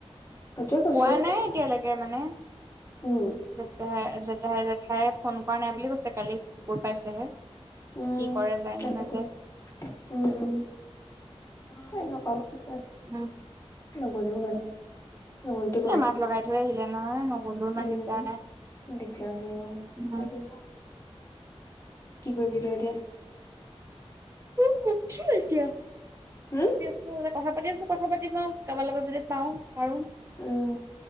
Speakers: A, on the left; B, on the right.
A: সেইটোয়ে কৈছো
B: পোৱা নাই এতিয়ালৈকে মানে,
A: উম
B: জেঠপেহা ঠাই জেঠাইে ফোন কৰা নাই বুলি কৈছে, কালি গৈ পাইছেহে।
A: উম
B: কি কৰে, যায়
A: তাকেতো
B: নে নাযায়?
A: উম উম চাইলক আও কি কয়
B: উম,
A: নগলেও হয় ন নগ'লেতো একো
B: এ
A: নাই
B: মাক লগাই থৈ আহিলে নহয় নগলো ইমান
A: উম
B: দিগদাৰ নাই।
A: দিগদাৰ নাই অ
B: উম
A: সেইটো কি কৰিবি তই এতিয়া?
B: উম <unintelligible> এতিয়া ক
A: হম
B: পাতি আছো, কথা পাতি আছো কথা পাতিম আও কাৰোবাৰ লগত যদি পাওঁ পাৰো।
A: উম